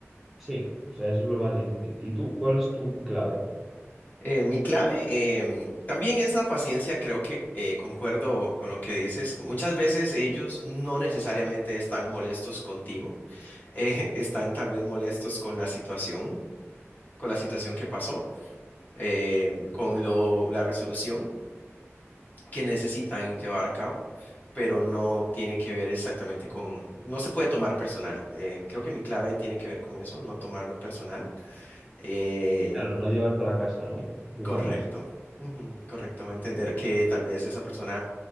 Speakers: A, in the centre; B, on the left.
A: Sí, o sea, eso es lo más difícil. ¿Y tú cuál es tu clave?
B: Eh, mi clave em, también es la paciencia. Creo que eh, concuerdo con lo que dices. Muchas veces ellos no necesariamente están molestos contigo, eh, <laughs> están tal vez molestos con la situación, con la situación que pasó, eh, con lo, la resolución. que necesitan llevar a cabo, pero no tiene que ver exactamente con, no se puede tomar personal. Eh, creo que mi clave tiene que ver con eso, no tomarlo personal. Eh,
A: Claro, no llevarte la casa, ¿no? Digamos.
B: correcto. ujú, correcto, entender que tal vez esa persona